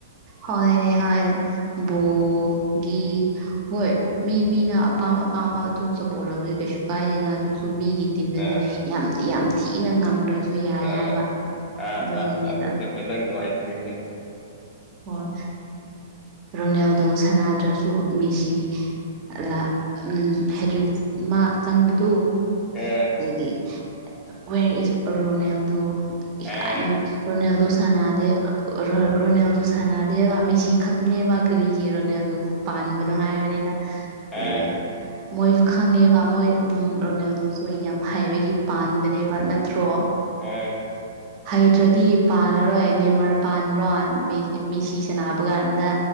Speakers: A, on the right; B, on the left.
A: ꯍꯣꯏꯅꯦ ꯍꯣꯏꯅꯦ ꯕꯣꯜꯒꯤ ꯍꯣꯏ ꯃꯤ ꯃꯤꯅ ꯑꯄꯥꯝ ꯑꯄꯥꯝꯕ ꯑꯗꯨꯝ ꯁꯞꯄꯣꯔꯠ ꯇꯧꯕꯤꯕ ꯀꯩꯁꯨ ꯀꯥꯏꯗꯦꯅ ꯑꯗꯨꯁꯨ ꯃꯤꯒꯤ ꯇꯤꯝꯗꯗꯤ
B: ꯑ
A: ꯌꯥꯝ ꯌꯥꯝ ꯊꯤꯅ ꯉꯪꯗ꯭ꯔꯁꯨ ꯌꯥꯏ
B: ꯑ
A: ꯍꯥꯏꯕ
B: ꯑ
A: ꯑꯗꯨꯒꯤꯅꯤꯗ
B: ꯑ ꯑꯗꯨꯅꯦꯕ ꯅꯪ ꯅꯨꯡꯉꯥꯏꯇꯔꯤꯁꯦ
A: ꯑꯣ ꯔꯣꯅꯦꯜꯗꯣ ꯁꯅꯥꯗ꯭ꯔꯁꯨ ꯃꯦꯁꯤ ꯂꯛ ꯍꯦꯗ꯭ꯔꯤꯛ ꯃꯥ ꯆꯪꯕꯗꯨ
B: ꯑ
A: ꯑꯗꯒꯤ ꯋꯌꯥꯔ ꯏꯁ ꯔꯣꯅꯦꯜꯗꯣ ꯏꯀꯥꯏꯅ
B: ꯑ
A: ꯔꯣꯅꯦꯜꯗꯣ ꯁꯥꯟꯅꯗꯦ ꯔꯣ ꯔꯣꯅꯦꯜꯗꯣ ꯁꯥꯟꯅꯗꯦꯕ ꯃꯦꯁꯤ ꯈꯛꯇꯅꯦꯕ ꯀꯔꯤꯒꯤ ꯔꯣꯅꯦꯜꯗꯣꯕꯨ ꯄꯥꯟꯕꯅꯣ ꯍꯥꯏꯕꯅꯤꯗ꯫ ꯑꯗꯒꯤ
B: ꯑ ꯑ
A: ꯃꯣꯏꯁꯨ ꯈꯪꯉꯦꯕ ꯃꯣꯏ ꯎꯝ ꯔꯣꯅꯥꯜꯗꯣꯁꯨ ꯌꯥꯝ ꯍꯥꯏꯕꯒꯤ ꯄꯥꯟꯕꯅꯦꯕ ꯅꯠꯇ꯭ꯔꯣ
B: ꯑꯥ
A: ꯍꯩꯇ꯭ꯔꯗꯤ ꯄꯥꯜꯂꯔꯣꯏ ꯅꯦꯝꯃꯔ ꯄꯥꯟꯕ꯭ꯔꯣ ꯃꯦꯁꯤ ꯁꯥꯅꯥꯕ ꯀꯥꯟꯗ